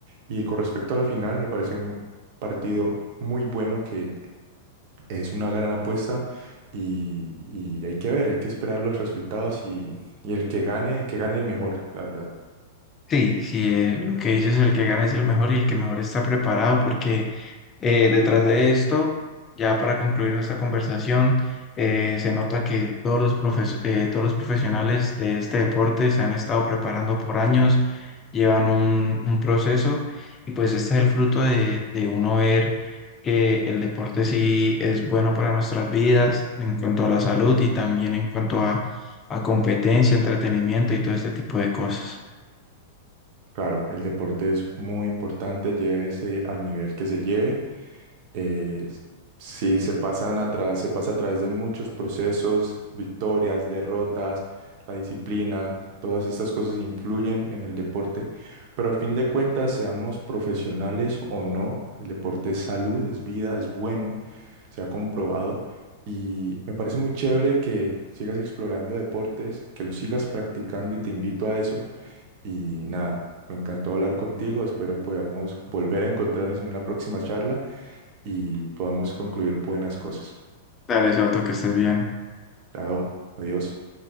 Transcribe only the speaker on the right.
Y con respecto a la final, me parece un partido muy bueno que es una gran apuesta y, y hay que ver, hay que esperar los resultados y, y el que gane, el que gane el mejor, la verdad.
Claro, el deporte es muy importante, llévese al nivel que se lleve eh, sí, se pasan a través, se pasa a través de muchos procesos, victorias, derrotas, la disciplina, todas estas cosas influyen en el deporte, pero al fin de cuentas, seamos profesionales o no, el deporte es salud, es vida, es bueno, se ha comprobado y me parece muy chévere que sigas explorando deportes, que los sigas practicando y te invito a eso y nada. Me encantó hablar contigo, espero podamos volver a encontrarnos en una próxima charla y podamos concluir buenas cosas.
Chao, adiós.